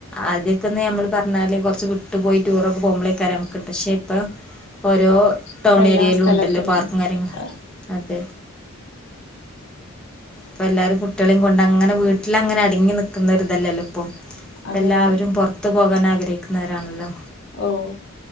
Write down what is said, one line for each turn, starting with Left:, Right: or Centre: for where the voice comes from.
Centre: ആദ്യൊക്കെന്ന് നമ്മള് പറഞ്ഞാല് കൊറ്ച്ച് വിട്ട് പോയി ടൂറൊക്കെ പോകുമ്പളയ്ക്കാര നമുക്ക്ട്ട. പക്ഷെ ഇപ്പം ഓരോ
Left: ഇപ്പ
Centre: ടൗണേരിയയിലുണ്ടല്ലോ
Left: എല്ലാ സ്ഥലത്തും
Centre: പാർക്കു കാര്യങ്ങള്
Left: അതെ
Centre: അതെ. ഇപ്പല്ലാരു കുട്ട്യെളിം കൊണ്ടങ്ങനെ വീട്ടിലങ്ങനെ അടങ്ങിനിക്കുന്ന ഒരിതല്ലല്ലൊ ഇപ്പം. ഇപ്പെല്ലാവരും
Left: അതെ അതെ
Centre: പൊറ്ത്തു പോകാൻ ആഗ്രഹിക്കുന്നവരാണല്ലൊ.
Left: ഓഹ്